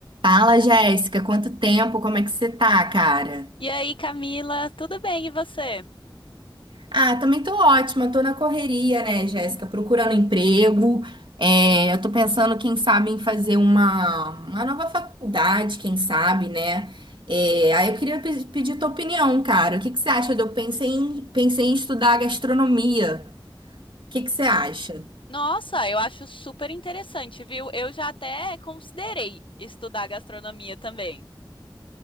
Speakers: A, on the right (about 75°); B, on the left (about 80°).
A: Fala, Jéssica, quanto tempo? Como é que você tá, cara?
B: E aí, Camila, tudo bem e você?
A: Ah, também tô ótima, tô na correria, né, Jéssica? Procurando emprego. É, eu tô pensando, quem sabe, em fazer uma, uma nova faculdade, quem sabe, né? É, aí eu queria pe- pedir tua opinião, cara. O que que você acha? Eu pensei em, pensei em estudar gastronomia. O que que você acha?
B: Nossa, eu acho super interessante, viu? Eu já até considerei estudar gastronomia também,